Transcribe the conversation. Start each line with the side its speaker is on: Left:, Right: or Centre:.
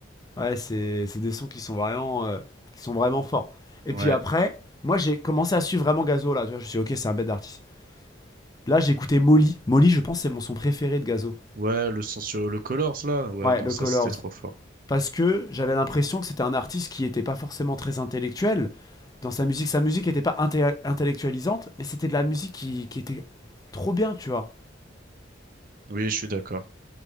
Left: ouais, c'est c'est des sons qui sont vraiment, euh, qui sont vraiment forts. Et
Right: Ouais.
Left: puis après, moi, j'ai commencé à suivre vraiment Gazo là. Tu vois, je me suis dit, ok, c'est un bête d'artiste. Là, j'ai écouté Molly. Molly, je pense, c'est mon son préféré de Gazo.
Right: Ouais, le son sur le Colors, là. Ouais,
Left: Ouais,
Right: non,
Left: le
Right: ça,
Left: Colors.
Right: c'était trop fort.
Left: parce que j'avais l'impression que c'était un artiste qui n'était pas forcément très intellectuel dans sa musique. Sa musique n'était pas inté- intellectualisante, mais c'était de la musique qui, qui était trop bien, tu vois.
Right: Oui, je suis d'accord.